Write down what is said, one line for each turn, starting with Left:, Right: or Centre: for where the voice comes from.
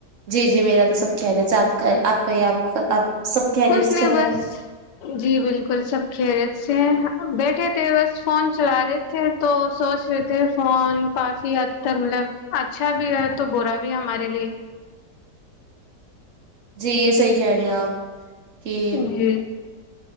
Right: جی جی میرا تو سب کہہ رہے تھ آپ آپ کا آپ آپ سب خیریت
Left: کچھ
Right: سے
Left: نہیں
Right: چل رہا
Left: بس
Right: ہے
Left: جی بالکل سب خیرت سے ہیں بیٹھے تھے بس فون چلا رہے تھے تو سوچ رہے تھے فون کافی حد تک مطلب اچھا بھی ہے تو برا بھی ہے ہمارے لیے
Right: جی یہ صحیح کہہ رہے آپ کہ
Left: ج جی